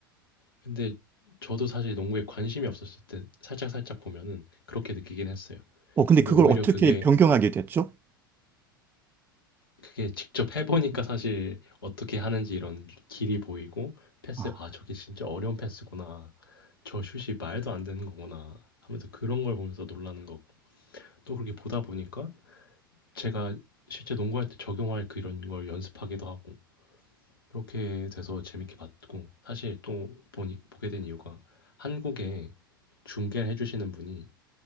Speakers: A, on the left; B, on the right.
A: 근데 저도 사실 농구에 관심이 없었을 때 살짝 살짝 보면은 그렇게 느끼긴 했어요.
B: 어, 근데
A: 근데
B: 그걸
A: 오히려
B: 어떻게
A: 그게
B: 변경하게 됐죠?
A: 그게 직접 해보니까 사실 어떻게 하는지 이런 길이 보이고 패스,
B: 아.
A: 아, 저게 진짜 어려운 패스구나. 저 슛이 말도 안 되는 거구나. 하면서 그런 걸 보면서 놀라는 거고. 또 그렇게 보다 보니까 제가 실제 농구할 때 적용할 그런 걸 연습하기도 하고. 그렇게 돼서 재밌게 봤고. 사실 또 보니, 보게 된 이유가 한국에 중계를 해주시는 분이